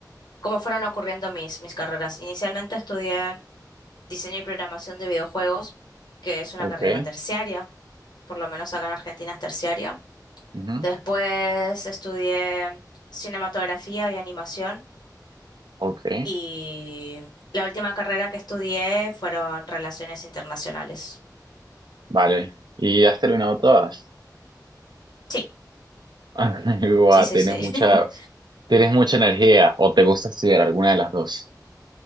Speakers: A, on the left; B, on the right.
A: cómo fueron ocurriendo mis, mis carreras. Inicialmente estudié diseño y programación de videojuegos, que es una
B: Ok.
A: carrera terciaria, por lo menos acá en Argentina es terciaria.
B: ujú,
A: Después estudié cinematografía y animación
B: Ok.
A: Y la última carrera que estudié fueron relaciones internacionales.
B: Vale. ¿Y has terminado todas?
A: Sí,
B: <laughs> Guau,
A: sí, sí,
B: tienes
A: sí.
B: mucha,
A: <laughs>
B: tienes mucha energía. ¿O te gusta estudiar alguna de las dos?